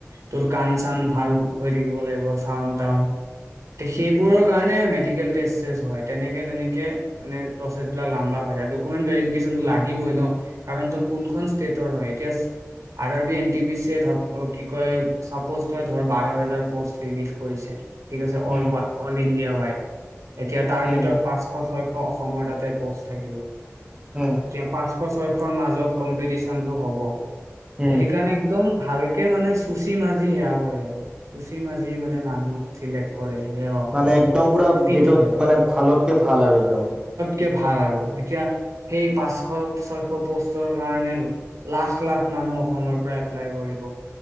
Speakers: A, on the right; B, on the right.
A: তোৰ কাণ চান ভাল হৈ থাকিব লাগিব চাউন টাউন সেইবোৰৰ
B: উম
A: কাৰণে মেডিকেল ফেজ ফেজ হয় তেনেকে তেনেকে মানে প্ৰচ লাম্বা হয় যায় ডকুমেন্ট ভেৰিফিকেচন টো লাগিবই ন কাৰণ তই কোনখন ষ্টেটৰ হয় এতিয়া চা R R B N T P কি কয় চাপ'জ তই ধৰ বাৰ হেজাৰ পষ্ট ৰিলিজ কৰিছে ঠিক আছে all
B: um
A: all India wide এতিয়া তাৰ
B: উম
A: ভিতৰত পাঁচশ ছয়শ অ অ অসমৰ তাতে পষ্ট থাকিব
B: উম
A: এতিয়া পাঁচ এশ ছয়শৰ মাজত কম্পিটিশনটো হ'ব
B: উম
A: সেইকাৰণে একদম ভাল তে মানে চুচি মাজি সেয়া কৰে আৰু চুচি মাজি মানে মানুহ চিলেক্ট কৰে যে অ
B: মানে একদম পুৰা
A: ফিট
B: ভেদত
A: হয় আৰু
B: মানে ভালতকে ভাল আৰু একদম
A: কে ভাল আৰু এতিয়া সেই পাঁচশ ছয়শ পষ্টৰ কাৰণে লাখ লাখ মানুহ অসমৰ পৰা এপ্লাই কৰিব